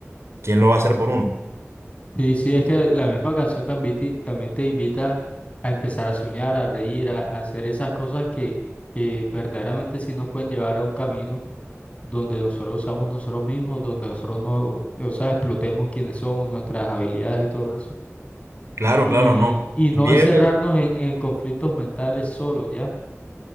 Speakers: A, on the right (about 70°); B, on the left (about 25°).
A: ¿quién lo va a hacer por uno?
B: Sí, sí, es que la misma canción también te, también te invita a empezar a soñar, a reír, a, a hacer esas cosas que, que verdaderamente sí nos pueden llevar a un camino donde nosotros usamos nosotros mismos, donde nosotros no, o sea, explotemos quiénes somos, nuestras habilidades y todo eso.
A: Claro,
B: Y,
A: claro, no.
B: y
A: Y
B: no
A: fíjate
B: encerrarnos en, en conflictos mentales solos, ¿ya?